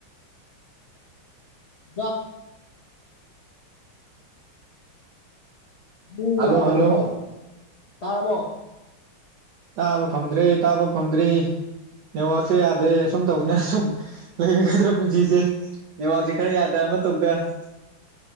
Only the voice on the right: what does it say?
ꯍꯜꯂꯣ
ꯍꯜꯂꯣ
ꯇꯥꯕ ꯐꯪꯗ꯭ꯔꯦ ꯇꯥꯕ ꯐꯪꯗ꯭ꯔꯦ ꯅꯦꯠꯋꯥꯛꯁꯦ ꯌꯥꯗ꯭ꯔꯦ ꯑꯁꯨꯝ ꯇꯧꯗꯅ ꯁꯁꯨꯝ ꯂꯩꯔꯒꯗ꯭ꯔꯥ ꯄꯨꯟꯁꯤꯁꯦ ꯅꯦꯋꯥꯛꯁꯦ ꯈꯔ ꯌꯥꯗꯕ ꯑꯃ ꯇꯧꯗ